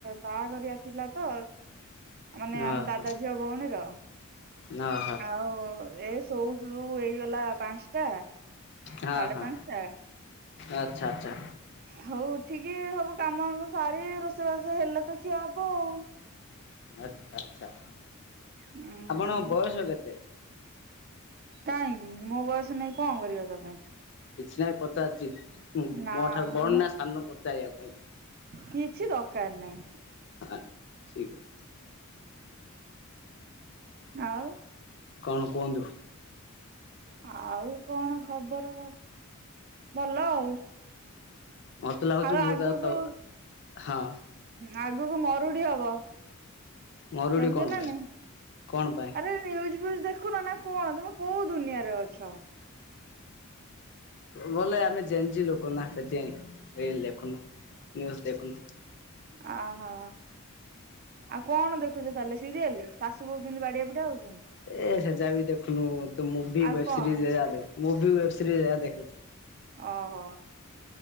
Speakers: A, on the right; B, on the left.
A: ବାହାଘରିଆ ଥିଲା ତ ମାନେ
B: ଓହୋ
A: ଆମ ଦାଦା ଝିଅ ଭଉଣୀର
B: ଓହୋ
A: ଆଉ ଏ ସୋଉ ସୋଉ ହେଇଗଲା ପାଞ୍ଚଟା
B: ହଁ
A: ସାଢେ଼
B: ହଁ
A: ପାଞ୍ଚଟା।
B: ଆଚ୍ଛା ଆଚ୍ଛା।
A: ହଉ ଉଠିକି ସବୁ କାମ ଦାମ ସାରି ରୋଷେଇବାସ ହେଲେ ତ ଖିଆ ହବ ଆଉ।
B: ଆଚ୍ଛା ଆଚ୍ଛା।
A: ଉୁଁ
B: ଆପଣଙ୍କ ବୟସ କେତେ?
A: କାହିଁକି ମୋ ବୟସ ନେଇକି କଣ କରିବ ତମେ।
B: କିଛି ନାଇଁ ପଚାରୁଛି।
A: ନା
B: ମୋଠାରୁ ବଡ଼
A: ମୁଁ
B: ନା ସାନ ପଚାରିବା ପାଇଁ।
A: କିଛି ଦରକାର ନାହିଁ
B: ଆ ଠିକ୍ ଅଛି।
A: ଆଉ
B: କଣ କୁହନ୍ତୁ।
A: ଆଉ କଣ ଖବର ଭଲ ଆଉ।
B: ମତେ ଲାଗୁଛି
A: ଆଉ
B: ମୁଁ
A: ଆଗକୁ
B: ତା ତ ହଁ
A: ଆଗକୁ ମରୁଡି ହବ।
B: ମରୁଡି
A: ଜାଣିଚ
B: କଣ
A: ନା
B: ପାଇଁ
A: ନାହିଁ।
B: କଣ ପାଇଁ?
A: ଆରେ ନିୟୁଜ ଫିୟୁଜ ଦେଖୁନ ନା କଣ ତମେ କୋଉଁ ଦୁନିଆରେ ଅଛ।
B: ବୋଲେ ଆମେ ଯେଞ୍ଜି ଲୋକ ନା ସେଥିପାଇଁ। ରୀଲ ଦେଖୁନୁ ନ୍ୟୁଜ ଦେଖୁନୁ।
A: ଆ ହା। ଆଉ କଣ ଦେଖୁଛ ତାହେଲେ ସିରିଏଲ୍ ଶାଶୁ ବୋହୂ କେମିତି ବାଡ଼ିଆ ପିଟା ହଉଛି।
B: ଏ ସେ ଯା ବି ଦେଖୁନୁ ତୁ ମୁ ଭି
A: ଆଉ
B: ଓବ୍
A: କଣ
B: ସିରିଜ ଯା ଦେଖୁଚୁ। ମୁ ଭି ଓବସିରିଜ ଯା ଦେଖୁ।
A: ଓହୋ।